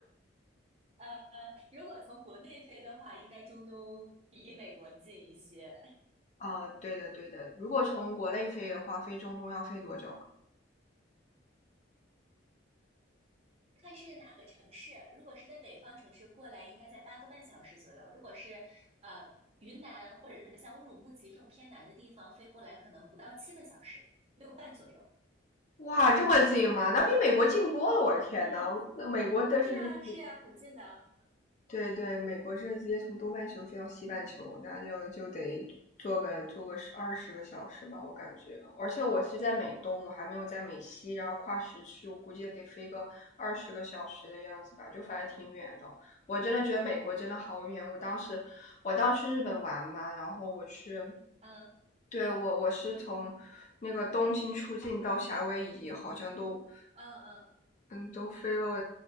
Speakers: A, on the right; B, on the left.
A: 呃，如果从国内飞的话，应该中东比美国近一些。<laughs>
B: 啊，对的对的，如果从国内飞的话，飞中东要飞多久啊？
A: 看是哪个城市，如果是在北方城市过来，应该在八个半小时左右；如果是呃云南或者是像乌鲁木齐这种偏南的地方飞过来，可能不到七个小时，六个半左右。
B: 哇，这么近吗？那比美国近多了，我的天呐，
A: 嗯，
B: 那美国的是
A: 是呀，是呀，很近的。
B: 对对，美国这直接从东半球飞到西半球，那就就得坐个坐个十二十个小时吧，我感觉。而且我是在美东，我还没有在美西，然后跨时区，我估计也得飞个二十个小时的样子吧，就反正挺远的。我真的觉得美国真的好远。
A: 嗯
B: 我当时我当时去日本玩嘛，然后我去，
A: 嗯
B: 对，我我是从那个东京出境到夏威夷，好像都
A: 嗯嗯，
B: 嗯，都飞了